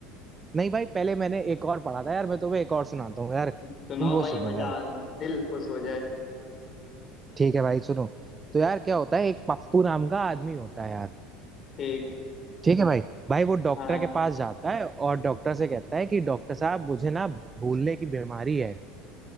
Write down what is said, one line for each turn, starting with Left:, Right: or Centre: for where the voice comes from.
Right: नहीं भाई पहले मैंने एक और पढ़ा था यार मैं तुम्हें एक और सुनाता हूँ यार तुम
Left: सुनाओ
Right: वो
Left: भाई
Right: सुनो
Left: मजा
Right: यार
Left: आ- दिल खुश हो जाए
Right: ठीक है भाई सुनो तो यार क्या होता है एक पप्पू नाम का आदमी होता है यार
Left: ठीक
Right: ठीक है भाई भाई वो डॉक्टर
Left: हाँ
Right: के पास जाता है और डॉक्टर से कहता है कि डॉक्टर साहब मुझे ना भूलने की बीमारी है